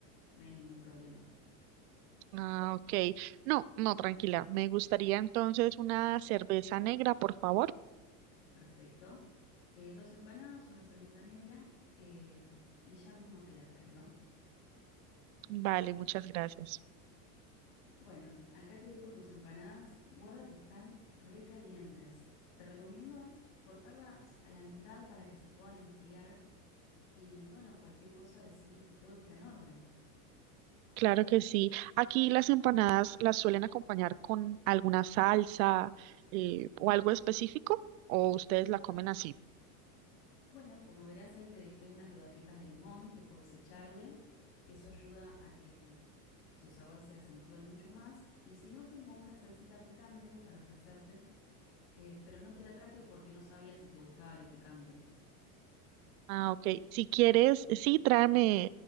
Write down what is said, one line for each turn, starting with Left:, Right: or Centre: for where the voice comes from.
Left: No hay ningún problema.
Right: Ah, ok. No, no, tranquila. Me gustaría entonces una cerveza negra, por favor.
Left: Perfecto. Eh, dos empanadas, una cerveza negra, eh, y ya mismo te la traigo.
Right: Vale,
Left: Bueno.
Right: muchas gracias.
Left: Bueno, acá te dejo tus empanadas. Guarda que están recalientes. Te recomiendo cortarlas a la mitad para que se puedan enfriar. Y bueno, cualquier cosa decime si todo está en orden.
Right: Claro que sí. Aquí las empanadas las suelen acompañar con alguna salsa eh, o algo específico, o ustedes la comen así.
Left: Bueno, como verás, ahí te dejé unas rodajitas de limón que puedes echarle. Eso ayuda a que su sabor se acentúe mucho más. Y si no, tengo una salsita picante para ofrecerte, eh, pero no te la traje porque no sabía si te gustaba lo picante.
Right: Ah, ok. Si quieres, sí, tráeme